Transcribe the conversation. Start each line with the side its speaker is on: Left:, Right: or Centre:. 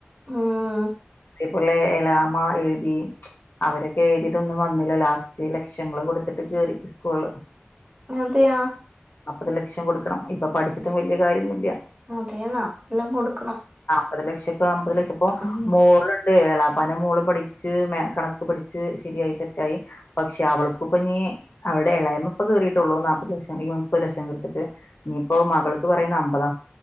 Right: ഉം
Left: ഈപുള്ളെ എലാമ്മ എഴുതി അവരൊക്കെ എഴുതീട്ടൊന്നും വന്നില്ല ലാസ്റ്റ് ലക്ഷങ്ങള് കൊടുത്തിട്ട് കേറി സ്കൂള്
Right: അതെയാ
Left: നാപ്പത് ലക്ഷം കൊടുക്കണം ഇപ്പ പഠിച്ചിട്ടും വല്യ കാര്യോന്നില്ല്യ
Right: അതേന്നാ എല്ലാം കൊടുക്കണം
Left: പ്പത് ലക്ഷപ്പ അമ്പത് ലക്ഷം ഇപ്പോ
Right: ഉം.
Left: മോള് എളാപ്പാന്റ മോള് പഠിച്ച് മാ കണക്ക് പഠിച്ച് ശരിയായി സെറ്റായി പക്ഷെ അവൾക്കുപന്യേ എഹ് അവിടെ എളയമ്മപ്പ കേറീട്ടുള്ളൂ നാപ്പത് ലക്ഷം മുപ്പത് ലക്ഷം കൊടുത്തിട്ട് ഇനീ പ്പോ മകൾക്ക് പറയുന്ന അമ്പതാ